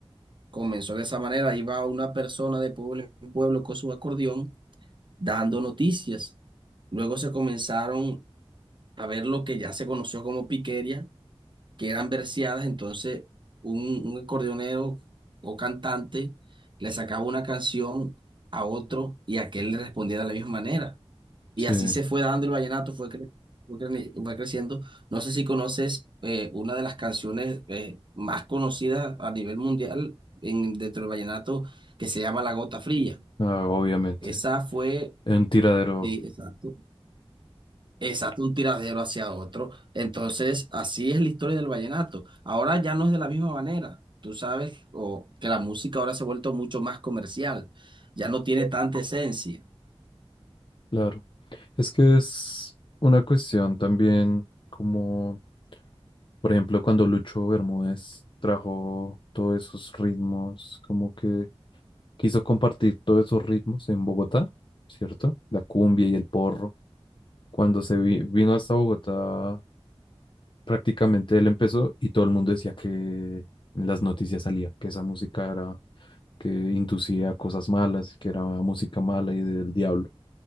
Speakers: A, on the right (about 50°); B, on the left (about 55°).
A: comenzó de esa manera, iba una persona de pueblo en pueblo con su acordeón dando noticias. Luego se comenzaron a ver lo que ya se conoció como piquería que eran verseadas, entonces un, un acordeonero o cantante le sacaba una canción a otro y aquel le respondía de la misma manera. Y
B: Sí,
A: así se fue dando el vallenato, fue, cre- fue, cre- fue creciendo. No sé si conoces eh, una de las canciones eh, más conocidas a nivel mundial en, dentro del vallenato que se llama La Gota Fría.
B: ah, obviamente.
A: Esa fue,
B: En tiradero,
A: sí, exacto. Exacto, un tiradero hacia otro. Entonces, así es la historia del vallenato. Ahora ya no es de la misma manera. Tú sabes, o que la música ahora se ha vuelto mucho más comercial. Ya no tiene tanta esencia.
B: claro. Es que es una cuestión también como... Por ejemplo, cuando Lucho Bermúdez trajo todos esos ritmos, como que Quiso compartir todos esos ritmos en Bogotá, ¿cierto? La cumbia y el porro. Cuando se vi- vino hasta Bogotá, prácticamente él empezó y todo el mundo decía que en las noticias salía, que esa música era, que inducía cosas malas, que era música mala y del diablo.